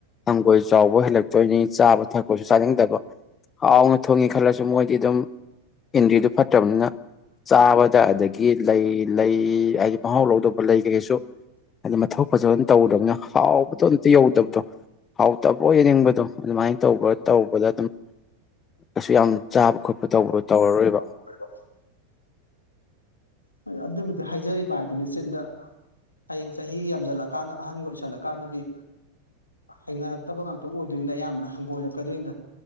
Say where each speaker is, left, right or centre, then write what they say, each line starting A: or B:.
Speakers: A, on the left (about 25°); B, on the left (about 80°).
A: ꯍꯪꯒꯣꯏ ꯆꯥꯎꯕ ꯍꯦꯜꯂꯛꯇꯣꯏꯅꯤ ꯆꯥꯕ ꯊꯛꯄꯁꯨ ꯆꯥꯅꯤꯡꯗꯕ ꯍꯥꯎꯅ ꯊꯣꯡꯉꯦ ꯈꯜꯂꯁꯨ ꯃꯣꯏꯗꯤ ꯑꯗꯨꯝ ꯏꯟꯗ꯭ꯔꯤꯗꯨ ꯐꯠꯇ꯭ꯔꯝꯅꯤꯅ ꯆꯥꯕꯗ ꯑꯗꯒꯤ ꯂꯩ ꯂꯩ ꯍꯥꯏꯗꯤ ꯃꯍꯥꯎ ꯂꯧꯗꯧꯕ ꯂꯩ ꯀꯩꯀꯩꯁꯨ ꯑꯗ ꯃꯊꯧ ꯐꯖꯅ ꯇꯧꯗꯕꯅꯤꯅ ꯍꯥꯎꯕꯗꯣ ꯑꯝꯇ ꯌꯧꯗꯕꯗꯣ ꯍꯥꯎꯇꯕꯣꯏ ꯅꯤꯡꯕꯗꯣ ꯑꯗꯨꯃꯥꯏꯟ ꯇꯧꯕ ꯇꯧꯕꯗ ꯑꯗꯨꯝ ꯀꯩꯁꯨ ꯌꯥꯝ ꯆꯥꯕ ꯈꯣꯠꯄ ꯇꯧꯕ ꯇꯧꯔꯔꯣꯏꯕ
B: <unintelligible> ꯍ ꯑꯗꯨꯕꯨꯗꯤ ꯍꯥꯏꯖꯔꯤꯕ ꯍꯥꯏꯗꯨꯅꯦ ꯆꯤꯟꯗ ꯍꯌꯦꯡ ꯆꯍꯤꯒ ꯌꯥꯝꯖꯜꯂꯀꯥꯟꯗ ꯑꯍꯟꯒꯤ ꯑꯣꯏꯁꯜꯂꯀꯥꯟꯗꯗꯤ ꯍꯩꯅꯔꯛꯇꯕ ꯉꯥꯛꯇ ꯑꯣꯏꯗꯣꯏꯅꯤꯅ ꯑꯌꯥꯝꯕꯅ ꯍꯪꯒꯣꯏꯔꯛꯀꯗꯣꯏꯅꯤꯗ